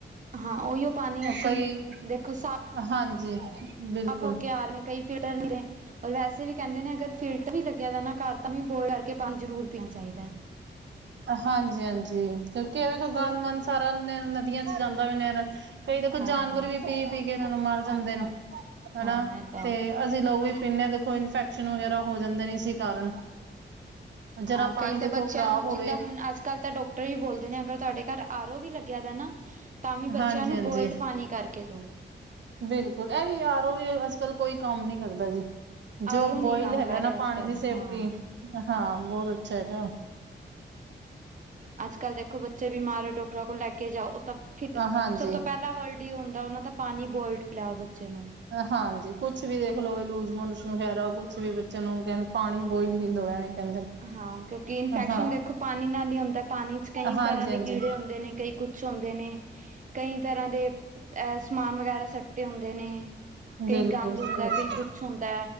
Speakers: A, on the right; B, on the right.
A: ਹਾਂ। ਉਹੀਓ ਪਾਨੀ ਅਸੀਂ,
B: ਕਈ
A: ਦੇਖੋ ਸਾ
B: ਹਾਂਜੀ। ਬਿਲਕੁਲ
A: ਸਾਫ਼ ਹੋ ਕੇ ਆ ਰਹੇ ਨੇ ਕਈ ਫਿਲਟਰ ਦੇ। ਓ ਵੈਸੇ ਵੀ ਕਹਿੰਦੇ ਨੇ ਅਗਰ ਫਿਲਟਰ ਵੀ ਲੱਗਿਆ ਦਾ ਨਾ ਘਰ। ਤਾਂ ਵੀ ਬੋਇਲ ਕਰਕੇ ਪਾਨੀ ਜ਼ਰੂਰ ਪੀਨਾ ਚਾਹੀਦਾ।
B: ਹਾਂਜੀ- ਹਾਂਜੀ ਕਿਉਂਕਿ ਏਹ ਵੇਖੋ ਗਨ ਮਨ ਸਾਰਾ ਨਦੀਆਂ ਚ ਜਾਂਦਾ ਵੀ ਨਹਰਾ ਚ ਕਈ ਦੇਖੋ
A: ਹਾਂ
B: ਜਾਨਵਰ
A: ਹਾਂ।
B: ਵੀ ਪੀ-ਪੀ ਕੇ ਮਰ ਜਾਂਦੇ ਨੇ ਹਨਾ
A: ਹਾਂ ਇਹ ਤਾਂ
B: ਤੇ।
A: ਹੈ।
B: ਅਸੀਂ ਲੋਗ ਵੀ ਪੀਂਨੇ ਹਾਂ ਦੇਖੋ ਇਨਫੈਕਸ਼ਨ ਵਗੈਰਾ ਹੋ ਜਾਂਦੇ ਨੇ ਇਸੀ ਕਾਰਨ। ਜਰਾ
A: ਹਾਂ
B: ਪਾਨੀ
A: ਕਈ
B: ਦੇਖੋ
A: ਤਾਂ ਬੱਚਿਆਂ
B: ਖ਼ਰਾਬ।
A: ਨੂੰ
B: ਹੋਵੇ
A: ਜਿੱਦਾਂ ਹੁਣ ਅੱਜ ਕੱਲ੍ਹ ਤਾਂ ਡਾਕਟਰ ਹੀ ਬੋਲਦੇ ਨੇ ਅਗਰ ਤੁਹਾਡੇ ਘਰ ਆਰ ਓ ਵੀ ਲੱਗਿਆ ਦਾ ਨਾ। ਤਾਂ ਵੀ ਬੱਚਿਆਂ
B: ਹਾਂਜੀ
A: ਨੂੰ
B: ਹਾਂਜੀ
A: ਬੋਇਲਡ ਪਾਨੀ ਕਰਕੇ ਦੋ।
B: ਬਿਲਕੁਲ ਇਹ ਵੀ ਆਰੋ ਵੀ ਅੱਜਕਲ ਕੋਈ ਕੰਮ ਨੀ ਕਰਦਾ ਜੀ।
A: ਆਰ
B: ਜੋ
A: ਓ ਨਹੀਂ
B: ਬੋਇਲ
A: ਕੰਮ
B: ਹੈਗਾ
A: ਕਰ
B: ਨਾ
A: ਰਿਹਾ
B: ਪਾਣੀ
A: ਅੱਜ ਕੱਲ
B: ਦੀ ਸੇਫਟੀ।
A: ਹਾਂ।
B: ਹਾਂ। ਬੋਤ ਅੱਛਾ ਹੈਗਾ।
A: ਅੱਜ ਕੱਲ੍ਹ ਦੇਖੋ ਬੱਚੇ ਬਿਮਾਰ ਹੋ। ਡਾਕਟਰਾਂ ਕੋਲ ਲੈ ਕੇ ਜਾਓ ਉਹ ਤਾਂ ਫਿਰ
B: ਹਾਂਜੀ,
A: ਸਭ ਤੋਂ ਪਹਿਲਾਂ। ਪਹਿਲਾ ਵਰਡ ਹੀ ਹੋਦਾ ਉਹਨਾਂ ਦਾ ਪਾਨੀ ਬੋਇਲਡ ਪੀਲਾ ਓ ਬੱਚੇ ਨੂੰ।
B: ਹਾਂਜੀ ਕੁਛ ਵੀ ਦੇਖ ਲੋੋ ਲੂਜ਼ਮੋਸ਼ਨ ਵਗੈਰਾ ਕੁੱਛ ਵੀ ਬੱਚਿਆਂ ਨੂੰ ਕਹਿੰਦੇ ਪਾਣੀ। ਬੋਇਲ ਹੀ ਦੋ ਐਵੇਂ ਕਹਿੰਦੇ ਨੇ।
A: ਹਾਂ ਕਿਉਂਕਿ ਇਨਫੈਕਸ਼ਨ
B: ਹਾਂ
A: ਦੇਖੋ ਪਾਨੀ ਨਾਲ ਹੀ ਹੁੰਦਾ ਪਾਨੀ ਚ ਕਈ
B: ਹਾਂਜੀ-ਹਾਂਜੀ
A: ਤਰ੍ਹਾਂ ਦੇ ਕੀੜੇ ਹੁੰਦੇ ਨੇ ਕਈ ਕੁਛ। ਕੁਛ ਹੁੰਦੇ ਨੇ ਕਈ ਤਰ੍ਹਾਂ ਦੇ ਅ ਸਮਾਨ ਵਗੈਰਾ ਸੱਟੇ ਹੁੰਦੇ ਨੇ। ਕਈ
B: ਬਿਲਕੁਲ
A: ਗੰਦ
B: ਜੀ
A: ਹੁੰਦਾ
B: ਬਿਲਕੁਲ
A: ਕਈ ਕੁਛ ਹੁੰਦਾ